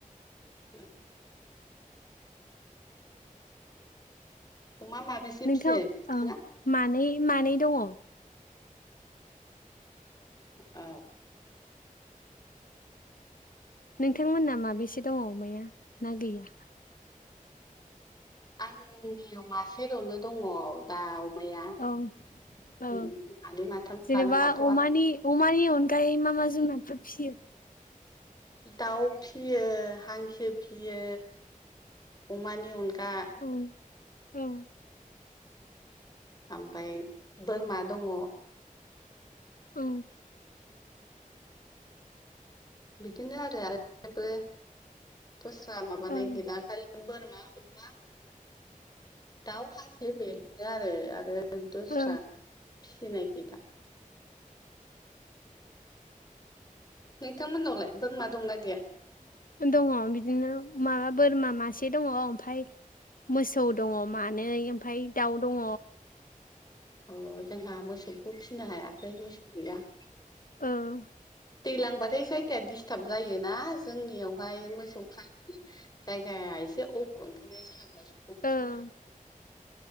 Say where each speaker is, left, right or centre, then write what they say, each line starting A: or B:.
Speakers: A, on the left; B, on the left.
A: <unintelligible> अमा माबेसे?
B: नोंथां
A: फिसियो नोंथाङा
B: औ मानै मानै दङ।
A: औ
B: नोंथांमोनहा माबेसे दङ अमाया ना गैया।
A: आं नियाव मासेल'नो दङ। दा अमाया
B: औ औ
A: उम मानै माथाम
B: जेनेबा
A: लानो हाथ'वाखै।
B: अमानि अमानि अनगायै मा मा जुनादफोर फियो?
A: दाउ फियो, हांसो फियो, अमानि अनगा।
B: उम उम
A: ओमफाय बोरमा दङ।
B: औ
A: बिदिनो आरो आरोबो दस्रा माबानाय
B: औ
A: गैला खालि बोरमा, अमा दाउ हांसो बेनो आरो आरो दस्रा
B: औ
A: फिनाय गैला। नोंथांमोननावलाय बोरमा दंना गैया?
B: दङ बिदिनो माबा बोरमा मासे, ओमफाय मोसौ दङ मानै ओमफाय दाउ दङ।
A: अ जोंहा मोसौखौ फिसिनो हायाखै मोसौ गैया।
B: उम
A: दैलांबाथाय जायगाया डिस्टाब जायोना जोंनियावहाय मोसौ खानो। जायगाया एसे अफ
B: ओं
A: <unintelligible>